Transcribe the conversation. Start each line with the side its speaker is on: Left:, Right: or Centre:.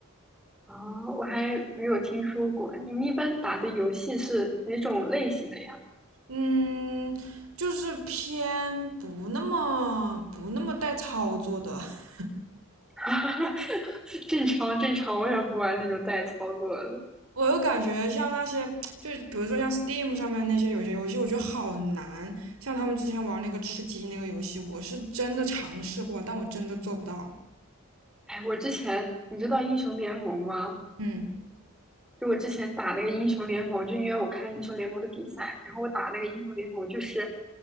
Centre: 啊，哦我还没有听说过。你们一般打的游戏是哪种类型的呀？
Right: 嗯，就是偏不那么不那么带操作的 <laughs>
Centre: <laughs> 正常正常，我也不玩那种带操作的。
Right: 我又感觉像那些，就是比如说像 Steam 上面那些有些游戏，我觉得好难。像他们之前玩那个吃鸡那个游戏，我是真的尝试过，但我真的做不到。
Centre: 哎，我之前你知道英雄联盟吗？
Right: 嗯
Centre: 就我之前打那个英雄联盟，就因为我看英雄联盟的比赛，然后我打那个英雄联盟，就是